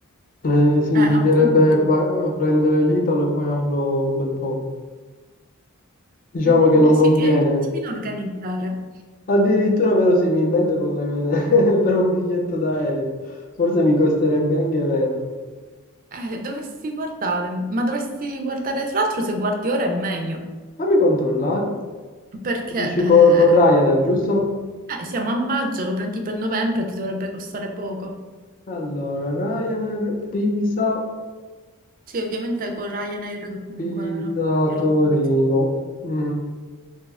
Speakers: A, on the left; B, on the right.
A: eh, significherebbe
B: Eh, appunto.
A: pa- prendere l'Italo e pagarlo un bel po'. Diciamo
B: Mm,
A: che non
B: eh, Sì,
A: conviene.
B: ti devi un attimino organizzare.
A: Addirittura verosimilmente potrei vedere <laughs> per un biglietto d'aereo. Forse mi costerebbe anche meno.
B: Eh, dovresti guardare, ma dovresti guardare, tra l'altro, se guardi ora è meglio,
A: Fammi controllare.
B: perché
A: Dici
B: eh,
A: co- con, Ryanair, giusto?
B: eh, siamo a maggio, lo prendi per novembre, e ti dovrebbe costare poco.
A: Allora, Ryanair, Pisa,
B: Sì, ovviamente con Ryanair, che comunque
A: Pisa,
B: è una compagnia low
A: Torino.
B: cost.
A: Mm,